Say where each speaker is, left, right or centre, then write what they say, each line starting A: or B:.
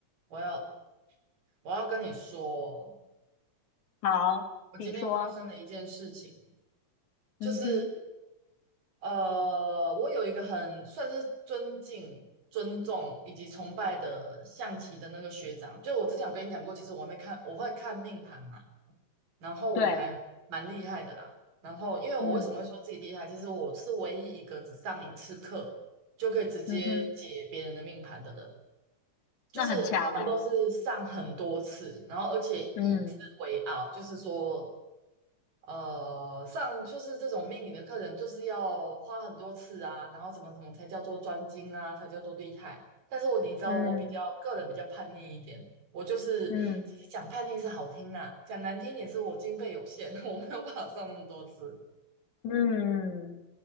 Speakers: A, on the right (about 90°); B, on the left (about 65°).
A: 我要我要跟你说，
B: 好，
A: 我今天发生了一件事情，
B: 请说。嗯哼，
A: 就是呃，我有一个很算是尊敬、尊重以及崇拜的象棋的那个学长，就我之前有跟你讲过，其实我还没看，我会看命盘嘛，然后我还蛮厉害的啦。
B: 对，
A: 然后因为我为什么会说自己厉害，
B: 嗯
A: 其实我是唯一一个只上一次课就可以直接解别人的命盘的人。
B: 嗯哼，
A: 就是他们都是上很多次，
B: 那很强哎、
A: 然后而且以之为傲，
B: 嗯
A: 就是说呃，上就是这种命理的课程，就是要花很多次啊，然后怎么怎么才叫做专精啊，才叫做厉害。但是我你知道，
B: 嗯
A: 我比较个人比较叛逆一点，我就是其实讲叛逆是好听啦，
B: 嗯
A: 讲难听一点是我经费有限，<laughs> 我没有办法上那么多次，
B: 嗯，